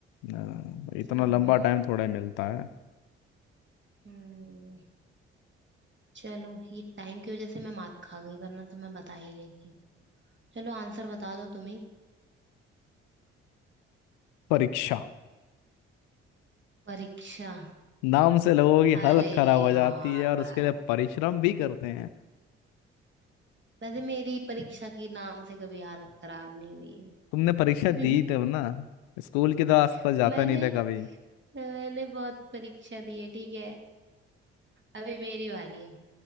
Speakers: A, on the left; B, on the right.
A: हाँ, इतना
B: हम्म
A: लंबा टाइम थोड़ा ही मिलता है
B: हम्म चलो ये टाइम की वजह से मैं मात खा गई वरना तो मैं बता ही देती चलो आंसर बता दो तुम्ही
A: परीक्षा
B: परीक्षा
A: नाम से लोगों की
B: अरे
A: हालत खराब हो
B: यार
A: जाती है और उसके लिए परिश्रम भी करते हैं
B: वैसे मेरी परीक्षा के नाम से कभी हालत खराब नहीं हुई
A: तुमने परीक्षा
B: है
A: दी तब ना स्कूल के तो आसपास
B: <laughs>
A: जाता
B: मैंने
A: नहीं था कभी
B: मैंने बहुत परीक्षा दी है ठीक है अभी मेरी बारी है